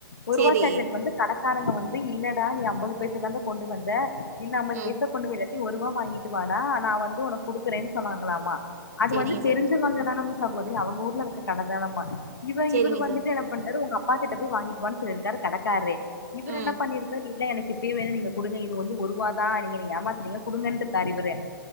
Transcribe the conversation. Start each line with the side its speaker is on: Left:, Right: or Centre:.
Left: ஒருவா
Right: சரி.
Left: சாக்லேட் வந்து கட காரவங்க வந்து இல்லடா நீ ஐம்பது பைசா தான்டா கொண்டு வந்த இன்னும் ஐம்பது
Right: ம்
Left: பைசா கொண்டு ஒரு ரூபா வாங்கிட்டு வாடா நா வந்து உனக்கு குடுக்குறேன்னு சொன்னாங்களாமா அது
Right: சரிங்க
Left: வந்து தெரிஞ்சவங்கதான
Right: சகோதரி.
Left: சாகோதரி அவுங்க ஊர்ல இருக்க கடதானமா இவே
Right: சரிங்க
Left: இவரு வந்துட்டு
Right: சகோ
Left: என்ன பண்றாரு உங்க அப் பாக்கிட்ட போய் வாங்கிட்டு வான்னு சொல்லிருக்கரு கடக்காரு இவர்
Right: ம்
Left: என்ன பண்ணி இருக்காரு இல்ல எனக் இப்பையே வேணு நீங்க குடுங்க இது வந்து ஒருவாருவா தா நீங்க நீங்க ஏமாத்துறீங்க குடுங்க தார் இவுரு